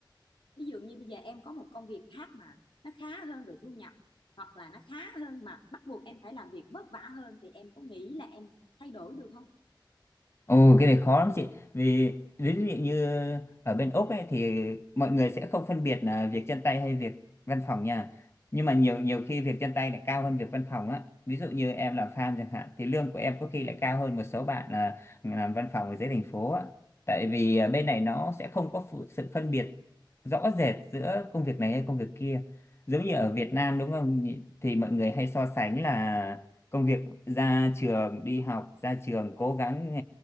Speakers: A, on the left; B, on the left.
A: ví dụ như bây giờ em có một công việc khác mà nó khá hơn về thu nhập hoặc là nó khá hơn mà bắt buộc em phải làm việc vất vả hơn thì em có nghĩ là em thay đổi được không
B: Ồ, cái này khó lắm chị. Vì ví dụ như ở bên Úc ấy thì mọi người sẽ không phân biệt là việc chân tay hay việc văn phòng nha. Nhưng mà nhiều nhiều khi việc chân tay lại cao hơn việc văn phòng á. Ví dụ như em làm farm chẳng hạn thì lương của em có khi lại cao hơn một số bạn là làm văn phòng ở dưới thành phố á. Tại vì à, bên này nó sẽ không có phụ- sự phân biệt rõ rệt giữa công việc này hay công việc kia. Giống như ở Việt Nam đúng không? nhỉ? Thì mọi người hay so sánh là công việc ra trường đi học ra trường cố gắng